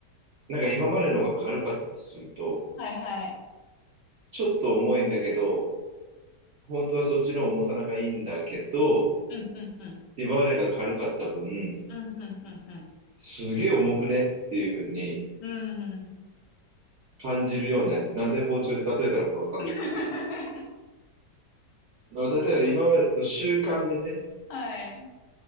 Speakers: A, on the right; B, on the left.
A: なんか今までのが軽かったとすると、
B: はいはい。
A: ちょっと重いんだけど、本当はそっちの重さのがいいんだけど、
B: うん、うん、うん。
A: 今までが軽かった分、
B: うん、うん、うん、うん。
A: すげえ重くねっていう風に
B: うん。
A: 感じるような、なんで包丁で例えたのかわかんないですけど、
B: <laughs>
A: まあ例えば今までの習慣でね、
B: はい。